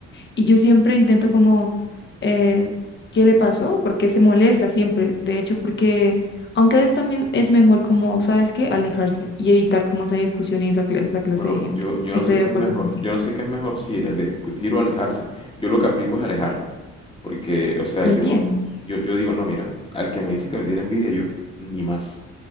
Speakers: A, on the left (about 40°); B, on the left (about 15°).
A: Y yo siempre intento como, eh, ¿qué le pasó? ¿Por qué se molesta siempre? De hecho, porque, aunque a veces también es mejor como, ¿sabes qué? Alejarse y evitar como esa discusión y esa clase, esa clase
B: Bueno,
A: de gente.
B: yo, yo
A: Estoy
B: no sé
A: de
B: qué
A: acuerdo
B: es mejor.
A: contigo.
B: Yo no sé qué es mejor si eh, discutir o alejarse. Yo lo que aplico es alejarme. Porque, o sea,
A: Y
B: yo,
A: bien,
B: yo, yo digo, no, mira, al que me dice que me tiene envidia, yo ni más,